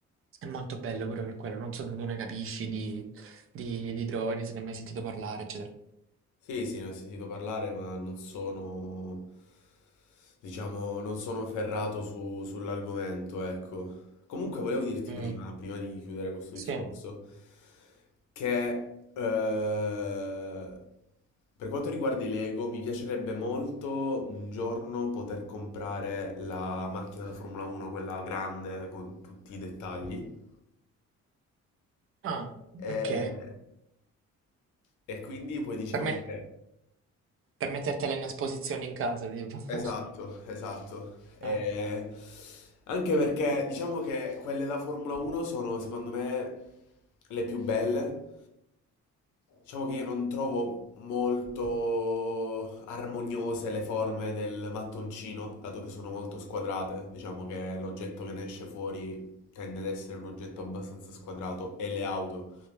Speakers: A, on the right; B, on the left.
A: è molto bello pure per quello. Non so se tu ne capisci di, di- di droni, se ne hai mai sentito parlare, eccetera.
B: Sì, sì, ne ho sentito parlare, ma non sono, diciamo, non sono ferrato su- sull'argomento, ecco. Comunque volevo dirti
A: Mm.
B: prima, prima di chiudere questo
A: Sì.
B: discorso, che eh, per quanto riguarda i Lego, mi piacerebbe molto un giorno poter comprare la macchina da Formula 1, quella grande con tutti i dettagli.
A: Ah,
B: E,
A: ok.
B: e quindi poi dicevo
A: Per me,
B: che...
A: per mettertela in esposizione in casa, tipo.
B: Esatto,
A: <laughs>
B: esatto. E
A: Ah.
B: anche perché diciamo che quelle da Formula 1 sono secondo me le più belle. Diciamo che io non trovo molto armoniose le forme del mattoncino, dato che sono molto squadrate. Diciamo che l'oggetto che ne esce fuori tende ad essere un oggetto abbastanza squadrato e le auto